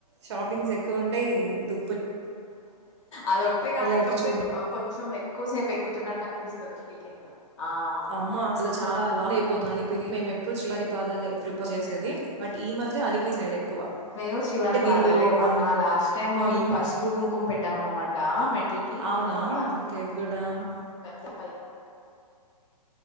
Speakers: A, on the right; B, on the left.
A: షాపింగ్స్ ఎక్కువ ఉంటాయి దు
B: అదొక్కటే గానికప్తే
A: పిల్లలకి చూడ్డా
B: కొంచం కొంచెం ఎక్కువ సేపు ఎక్కుతున్నట్టు అనిపిస్తుంది ఫీలింగ్ ఆ అవును
A: అమ్మా అసలు చాలా లాంగ్ అయిపోతుంది అలిపిరి మేము ఎప్పుడు శ్రీహరి పాదాలే ప్రిపేర్ చేసేది బట్ ఈ మధ్య అలిపిరి సైడ్ ఎక్కువ.
B: మేము శ్రీవారి
A: అంటే
B: పాదాల
A: వీళ్ళు
B: మొన్న
A: అన్ని
B: లాస్ట్ టైమ్
A: హ్మ్.
B: ఈ పసుపు కుంకుమ పెట్టామ అనమాట మె కి
A: అవునా?
B: చాలా ఫాస్ట్
A: ఓకే. గుడ్. ఆహా!
B: త పైకి